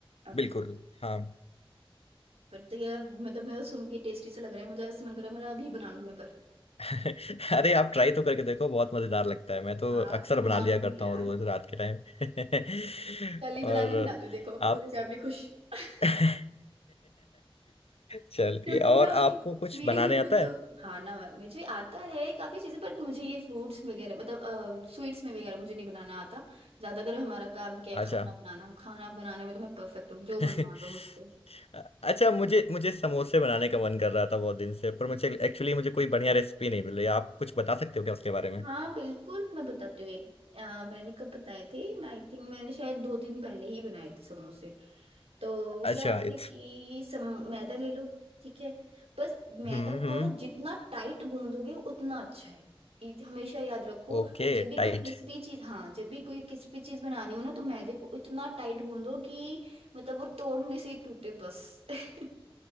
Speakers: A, on the right; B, on the left.
A: ओके
B: बिल्कुल हाँ
A: पर तो ये मतलब मेरा सुन के टेस्टी सा लग रहा है मुझे ऐसे मन कर रहा है मेरा अभी बना लूंगा कर
B: <laughs> अरे आप ट्राई तो करके देखो बहुत मज़ेदार लगता है मैं तो
A: हाँ
B: अक्सर
A: तो बनाऊंगी
B: बना लिया करता
A: यार
B: हूँ रोज रात के टाइम <laughs>
A: कल ही
B: और
A: बना के खिलाती हूँ देखो पूरी
B: आप
A: फैमिली खुश <laughs>
B: <laughs> चलिए
A: क्योंकि
B: और
A: ना
B: आपको कुछ
A: मेरे
B: बनाने
A: घर में
B: आता
A: तो
B: है
A: खाना मुझे आता है काफी चीजें पर मुझे ये फ्रूट्स वगैरह मतलब स्वीट्स में वगैरह मुझे नहीं बनाना आता ज्यादातर हमारा काम क्या है खाना
B: अच्छा
A: बनाना खाना बनाने में तो मैं परफेक्ट हूँ जो
B: <laughs>
A: मन मारो मुझसे
B: अच्छा मुझे मुझे समोसे बनाने का मन कर रहा था बहुत दिन से पर मुझे एक्चुअली मुझे कोई बढ़िया रेसिपी नहीं मिल रही आप कुछ बता सकते हो क्या उसके बारे में
A: हाँ बिल्कुल मैं बताती हूँ एक अ, मैंने कब बताए थे मैं आई थिंक मैंने शायद दो दिन पहले ही बनाए थे समोसे तो
B: अच्छा
A: क्या होता है
B: इट्स
A: कि सम मैदा ले लो ठीक है बस मैदा
B: हम्म
A: को
B: हम्म
A: ना जितना टाइट गूंदोगे उतना अच्छा है ये हमेशा याद रखो
B: Okay
A: जब भी कोई
B: tight
A: क्रिस्पी चीज हाँ जब भी कोई क्रिस्पी चीज बनानी हो ना तो मैदे को इतना टाइट गूंदो कि मतलब वो तोड़ने से ही टूटे बस <laughs>